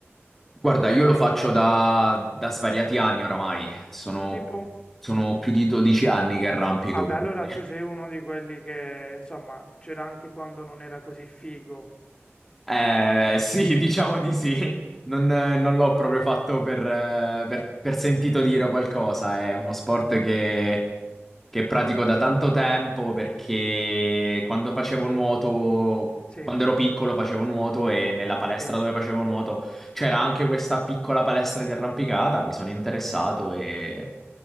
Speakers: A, in the centre; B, on the left.
A: Guarda, io lo faccio da, da svariati anni oramai, sono,
B: tipo...
A: sono più di 12 anni che arrampico,
B: Ah beh,
A: quindi
B: allora tu sei uno di quelli che, insomma, c'era anche quando non era così figo.
A: Eh, sì, <laughs> diciamo di
B: <laughs>
A: sì. Non, eh, non l'ho proprio fatto per, eh, per- per sentito dire qualcosa. È uno sport che, che pratico da tanto tempo perché quando facevo nuoto,
B: Sì,
A: quando ero piccolo facevo nuoto e nella
B: ok.
A: palestra dove facevo nuoto c'era anche questa piccola palestra di arrampicata. Mi sono interessato e